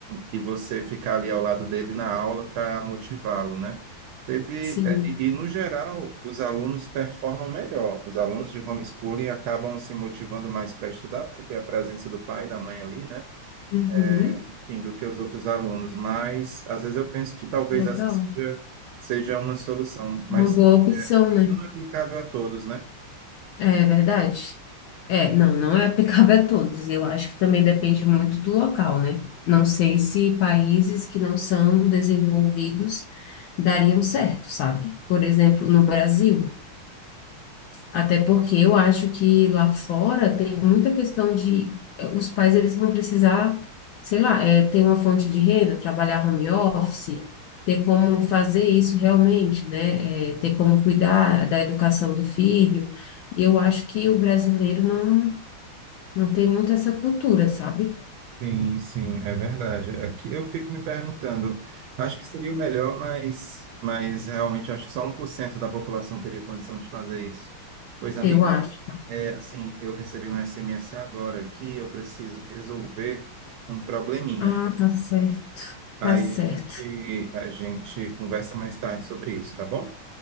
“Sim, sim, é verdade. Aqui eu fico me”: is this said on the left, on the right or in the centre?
Right